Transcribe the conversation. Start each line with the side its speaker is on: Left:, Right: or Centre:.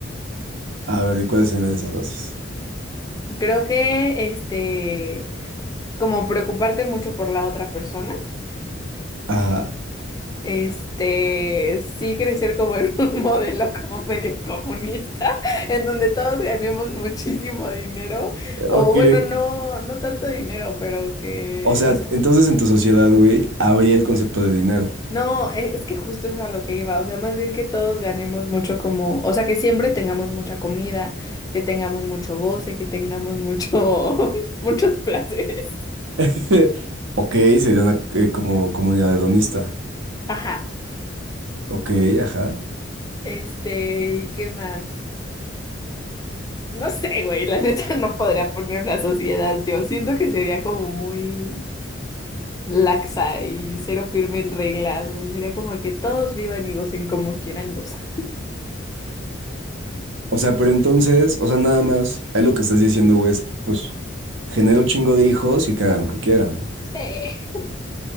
Right: A ver, ¿y cuáles serían esas bases?
Left: Creo que, este, como preocuparte mucho por la otra persona,
Right: Ajá,
Left: este, sí crecer como en <laughs> un modelo como medio comunista, en donde todos ganemos muchísimo dinero, o
Right: ok.
Left: bueno, no, no tanto dinero, pero que,
Right: O sea,
Left: o sea
Right: entonces en tu sociedad, güey, habría el concepto de dinero.
Left: No, e- es que justo es a lo que iba, o sea, más bien que todos ganemos mucho como, o sea, que siempre tengamos mucha comida, que tengamos mucho goce, que tengamos mucho, <laughs> muchos placeres.
Right: <laughs> Ok, sería una eh, como comunidad hedonista.
Left: Ajá,
Right: Ok, ajá.
Left: este, ¿y qué más? No sé, güey, la <laughs> neta no podría poner una sociedad, yo siento que sería como muy laxa y cero firme en reglas, o sea, sería como que todos vivan y gocen como quieran gozar.
Right: O sea, pero entonces, o sea, nada más, ahí lo que estás diciendo, güey, es, pues, genero chingo de hijos y que hagan lo que quieran.
Left: Sí.